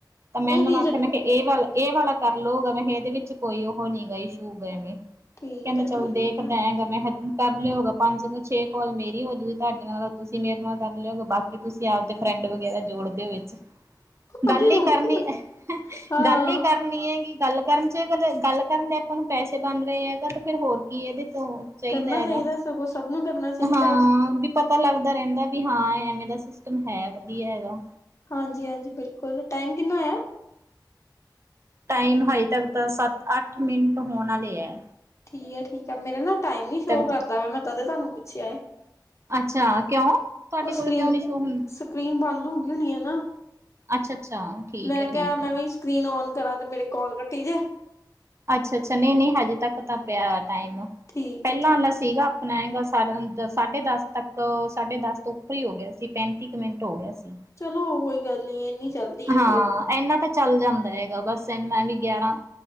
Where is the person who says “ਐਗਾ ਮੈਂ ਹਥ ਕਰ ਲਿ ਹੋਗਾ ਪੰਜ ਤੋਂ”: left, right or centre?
Right